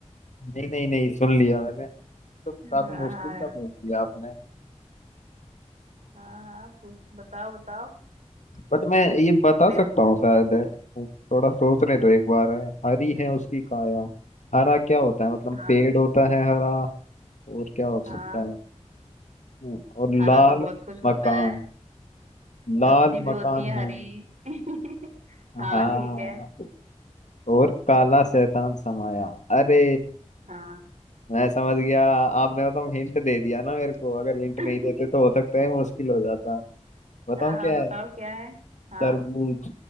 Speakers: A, on the left; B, on the right.
A: नहीं नहीं नहीं सुन लिया मैंने तो काफी
B: हाँ
A: मुश्किल
B: हाँ
A: का पूछ लिया आपने
B: हाँ हाँ पूछ बताओ बताओ
A: बट मैं ये बता
B: मेरे
A: सकता हूँ शायद है। थोड़ा सोचने तो एक बार है हरी है उसकी काया हरा क्या होता है मतलब
B: हाँ
A: पेड़ होता है हरा और क्या हो
B: हाँ
A: सकता है हम्म, और लाल
B: हरा तो बहुत कुछ होता
A: मकान
B: है
A: लाल
B: सब्जी भी
A: मकान
B: होती है
A: है
B: हरी <laughs> हाँ
A: हाँ
B: ठीक है
A: और काला शैतान समाया अरे
B: हाँ
A: मैं समझ गया आपने बताऊँ हिंट दे दिया ना मेरे को अगर हिंट
B: <laughs>
A: नहीं देते तो हो सकता है मुश्किल हो जाता बताऊँ
B: हाँ
A: क्या
B: हाँ, बताओ
A: है
B: क्या है हाँ
A: तरबूज